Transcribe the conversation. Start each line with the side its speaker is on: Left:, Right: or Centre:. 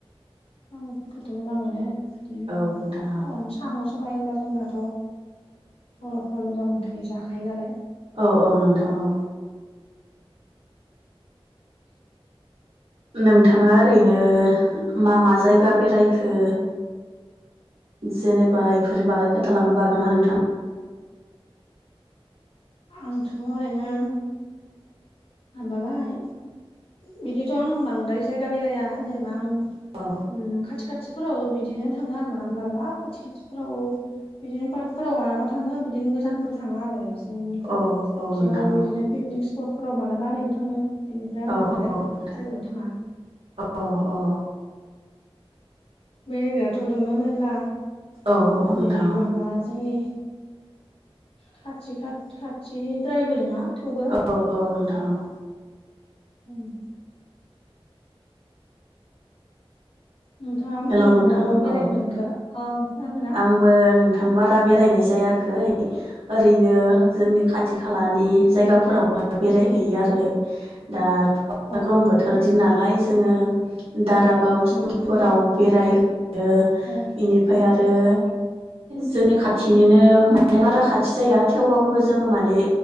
Left: आंफोरखौथ' मोजां मोनो बिदिनो
Right: औ नोंथां औ
Left: अन साम' सबायबाय होनबा जोंनाथ' बर'फ्रा मोजां मोनखायो जाखायो नालाय।
Right: औ औ नोंथां औ। नोंथाङा ओरैनो मा मा जायगा बेरायखो जेनेबा इफोर बागै खोन्थालांनोबो बागोन ना नोंथां?
Left: आंथ' ओरैनो हाबाबाय बिदिथ' आं बांद्राय जायगा बेराया जेनेबा आं
Right: औ
Left: खाथि खाथि फोराव बिदिनो थाङो आरो मालाबा मालाबा खाथि खाथिफोराव बिदिनो पार्कफोराव मालाबा थाङो बिदिनो गोजानफोर थाङा आरो। जोंनि
Right: औ
Left: खाथियाव
Right: औ नोंथां
Left: बिदिनो
Right: औ
Left: पिकनिक स्पटफोराव माला मा ओरैनो थाङो बेनिफ्राय
Right: औ
Left: आं बांद्राय
Right: नोंथां
Left: जेरावबो थाङा।
Right: औ औ
Left: बेरायग्राथ' दङो मेर्ला
Right: औ औ नोंथां
Left: जेरै माबा जोंनि खाथि खा- खाथिद्रायबो नङा थेवबो
Right: औ औ औ नोंथां औ।
Left: उम। नोंथाङा होमबा
Right: हेलौ नोंथां
Left: बहा बहा बेरायनो
Right: औ
Left: मोनखो? अ खो
Right: आंबो नोंथां बारा बेरायनाय जायाखै ओरैनो
Left: अ
Right: जोंनि खाथि खालानि जायगाफोरावबो बेरायहैयो आरो दा
Left: अ
Right: ग्रह्म बोथोर दि नालाय जोङो दारागाव
Left: उम
Right: सुाव बेराय यो
Left: अ
Right: बेनिफ्राय आर ओ
Left: अ
Right: जोंनि खाथिनिनो माने बारा खाथि जाया थेवबाबबो जोङो माने